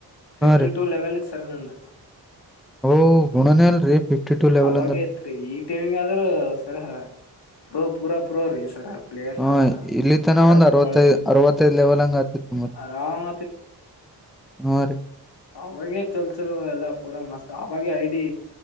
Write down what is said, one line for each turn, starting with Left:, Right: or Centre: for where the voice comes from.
Left: ಫಿವೆತ್ಯಾಟೂ
Centre: ಹಾ
Left: ಟೂ ಲೆವೆಲ್ ಸರದಂದ
Centre: ಹಓ ಗುಣನ ಅಲ್ರರಿ ಫಿಫ್ಟಿ ಟು ಲೆವೆಲ್
Left: ಅವಾಗ
Centre: ಅಂದ್ರ
Left: ತ್ರಿಈ ಟೈಮಿಂಗ್ ಆದ್ರೂ ಸರ ಪ್ರೋ ಪೂರಾ ಪ್ರೋ ರೀ ಈ ಸರ ಪ್ಲೇಯರ್
Centre: ಹಾ
Left: ನಾವೆಲ್ಲಾ
Centre: ಇಲ್ಲಿ ತನ
Left: ಆಡೋದ್
Centre: ಒಂದ್
Left: ಬಿಟ್ಟು
Centre: ಅರವತ್ತೈ
Left: ಬಾಳ ದಿನ ಐತ್ರಿ
Centre: ಅರವತ್ತೈದ್ ಲೆವೆಲ್ ಹಂಗ ಆತಿತ್ತು ಮತ್
Left: ಆರಾಮ್
Centre: ಅವ
Left: ಅವಾಗೆ ಚಲ್ಸರು ಎಲ್ಲಾ ಪೂರಾ ಮಸ್ತ್ ಅವಾಗ ಐಡಿ